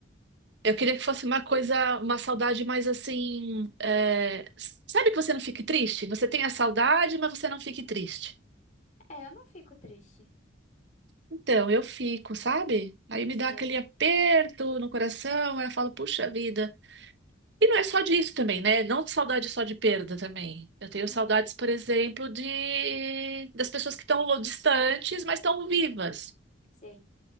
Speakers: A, on the right; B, on the left.
A: Eu queria que fosse uma coisa, uma saudade mais assim. é, s- sabe que você não fique triste? Você tem a saudade, mas você não fique triste.
B: É, eu não fico triste.
A: Então, eu fico, sabe? Aí me
B: Sei.
A: dá aquele aperto no coração, aí eu falo, puxa vida. E não é só disso também, né? Não saudade só de perda também. Eu tenho
B: Uhum.
A: saudades, por exemplo, de das pessoas que estão lo- distantes, mas estão vivas.
B: Sim.